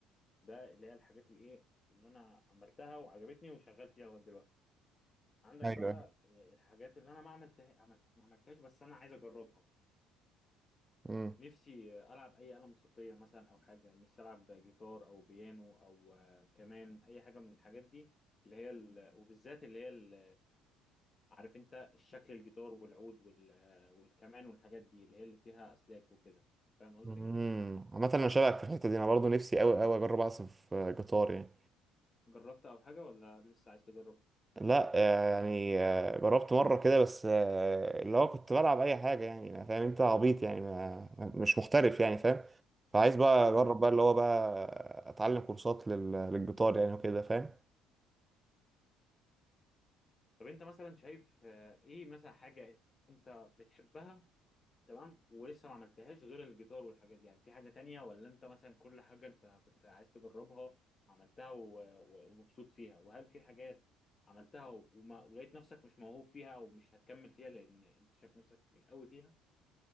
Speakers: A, on the left; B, on the right.
A: ده اللي هي الحاجات اللي ايه اللي انا عملتها وعجبتني وشغال فيها لغايه دلوقتي عندك
B: ايوه
A: بقى آه، الحاجات اللي انا ما عملتها عملت ما عملتهاش بس انا عايز اجربها
B: امم
A: نفسي آه، العب اي آلة موسيقية مثلا او حاجة نفسي العب جيتار او بيانو او آه، كمان اي حاجة من الحاجات دي اللي هي ال... وبالذات اللي هي ال... عارف انت الشكل الجيتار والعود وال... آه، والكمان والحاجات دي اللي هي اللي فيها اسلاك وكده فاهم قصدي
B: امم عامة أنا شبهك في الحتة دي أنا برضو نفسي أوي أوي أجرب أعزف جيتار يعني
A: جربت او حاجة ولا لسه عايز تجرب
B: لا آه، يعني آه، جربت مرة كده بس آه، اللي هو كنت بلعب أي حاجة يعني ما فاهم أنت عبيط يعني ما مش محترف يعني فاهم فعايز بقى أجرب
A: امم
B: بقى اللي هو بقى أتعلم كورسات لل- للجيتار يعني وكده فاهم
A: طب انت مثلا شايف آه، ايه مثلا حاجة انت بتحبها تمام ولسه ما عملتهاش غير الجيتار والحاجات دي يعني في حاجة تانية ولا انت مثلا كل حاجة انت كنت عايز تجربها عملتها و- و- ومبسوط فيها وهل في حاجات عملتها وما ولقيت نفسك مش موهوب فيها او مش هتكمل فيها لان انت شايف نفسك مش قوي فيها